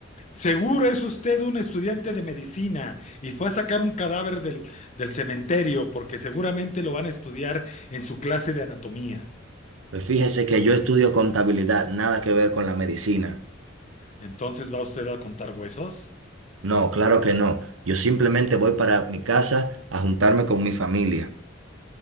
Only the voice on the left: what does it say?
Seguro es usted un estudiante de medicina y fue a sacar un cadáver del, del cementerio porque seguramente lo van a estudiar en su clase de anatomía.
Entonces, ¿va usted a contar huesos?